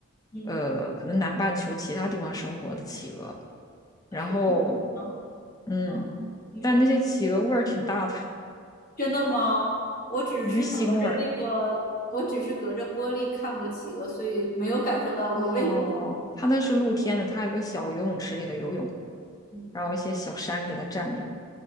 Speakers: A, on the left; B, on the left.
A: 嗯，
B: 呃，可能南半球其他地方生活的企鹅。
A: 啊什么意思啊？
B: 然后，嗯，
A: 嗯，你说
B: 但那些企鹅味儿挺大的，
A: 真的吗？我只是隔着那个，
B: <laughs> 鱼腥味儿。
A: 我只是隔着玻璃看过企鹅，所以没有感受到过味道。
B: 哦，它那是露天的，它还有个小游泳池给它游泳，
A: 嗯，
B: 然后一些小山给它站着，